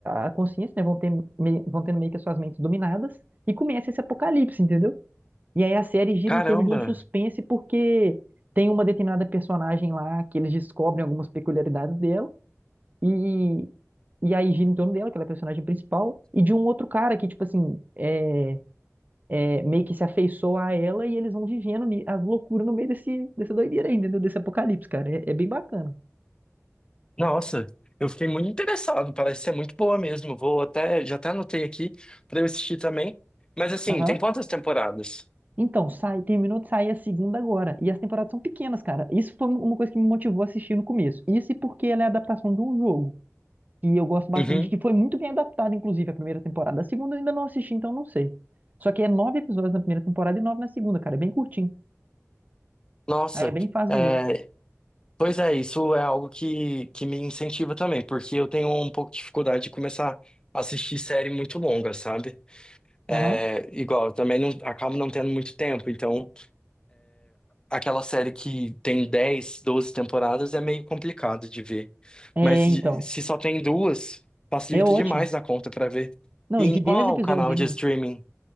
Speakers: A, on the right; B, on the left.
A: a consciência, né? Vão ter meio, vão tendo meio que as suas mentes dominadas e começa esse apocalipse, entendeu? E aí a série gira
B: Caramba.
A: em torno de um suspense porque tem uma determinada personagem lá que eles descobrem algumas peculiaridades dela e e aí gira em torno dela, que ela é a personagem principal, e de um outro cara que, tipo assim, é, é, meio que se afeiçoa a ela e eles vão vivendo ni- as loucuras no meio desse, dessa doideira aí, entendeu? Desse apocalipse, cara. É, é bem bacana.
B: Nossa, eu fiquei muito interessado. Parece ser muito boa mesmo. Vou até, já até anotei aqui pra eu assistir também. Mas assim,
A: Aham.
B: tem quantas temporadas?
A: Então, sai, terminou de sair a segunda agora. E as temporadas são pequenas, cara. Isso foi um, uma coisa que me motivou a assistir no começo. Isso e porque ela é a adaptação de um jogo. E eu gosto bastante,
B: Uhum.
A: que foi muito bem adaptada, inclusive, a primeira temporada. A segunda eu ainda não assisti, então não sei. Só que é nove episódios na primeira temporada e nove na segunda, cara. É bem curtinho.
B: Nossa.
A: Aí é bem fácil
B: É,
A: de ver.
B: pois é, isso é algo que, que me incentiva também, porque eu tenho um pouco de dificuldade de começar a assistir série muito longa, sabe?
A: Aham.
B: É, igual, eu também não, acabo não tendo muito tempo, então. Aquela série que tem dez doze temporadas é meio complicado de ver.
A: É,
B: Mas de-
A: então.
B: se só tem duas, facilita
A: É ótimo.
B: demais na conta pra ver.
A: Não,
B: E
A: e
B: em
A: de
B: qual
A: dez episódios
B: canal
A: ainda.
B: de streaming?